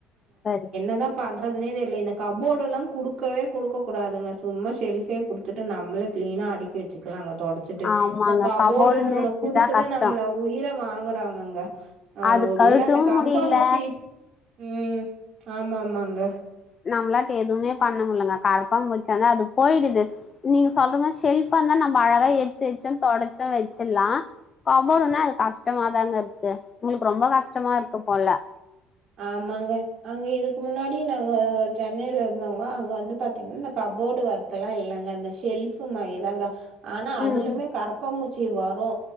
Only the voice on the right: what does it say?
என்ன பண்றதுனே தெரியல இந்த கபோர்டுலா குடுக்கவே குடுக்க கூடாதுங்க சும்மா செல்ஃபே குடுத்துட்டு நம்மளே கிளீனா அடுக்கி வச்சுக்கலாங்க தொட ச்சுட்டு
இந்த கபோர்டுன்னு ஒன்ன
குடுத்துட்டு
நம்மள உயிர வாங்குறாங்கங்க அ
ஒ
இல்ல அந்த கரப்பா
பூச்சி ம் ஆமா ஆமாங்க
ஆமாங்க அங்கே இதுக்கு முன்னாடி நாங்க சென்னையில இருந்தவங்க அங்கே வந்து பாத்தீங்கன்னா இந்த கபோர்டு ஒர்க் குல்லா இல்லங்க இந்த ஷெல்ஃப் மாயிதாங்க ஆன்னா அதுலமே
கருப்பாமூச்சி வரூ